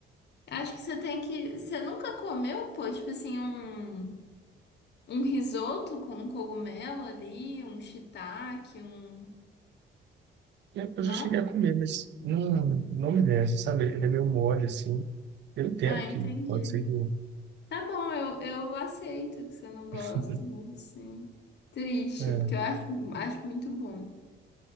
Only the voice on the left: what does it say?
Acho que você tem que. Você nunca comeu, pô, tipo assim, um. Um risoto com um cogumelo ali, um shiitake, um.
Não?
Ah, entendi.
Tá bom, eu, eu aceito que você não gosta,
mas assim. Triste,
porque eu acho, acho muito bom.